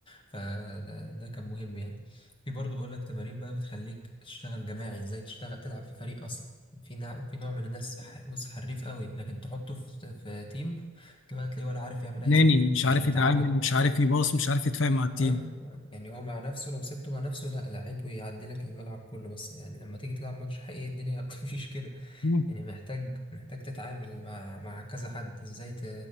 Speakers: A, on the left (about 25°); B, on the left (about 65°).
A: فده ده كان مهم يعني في برضه بقول لك تمارين بقى بتخليك تشتغل جماعي ازاي تشتغل تلعب في فريق اصلا في نوع في نوع من الناس ح- بص حريف قوي لكن تحطه في في تيم كده هتلاقيه ولا عارف يعمل اي
B: ناني
A: حاجه
B: مش عارف
A: مش متعود
B: يتعامل مش عارف يباص مش عارف يتفاهم مع التيم
A: اه آه. يعني هو مع نفسه لو سبته مع نفسه لا لعيب ويعدي لك الملعب كله بس يعني لما تيجي تلعب ماتش حقيقي الدنيا <laughs> ما بتمشيش كده
B: مم.
A: يعني محتاج محتاج تتعامل مع مع كذا حد ازاي ت-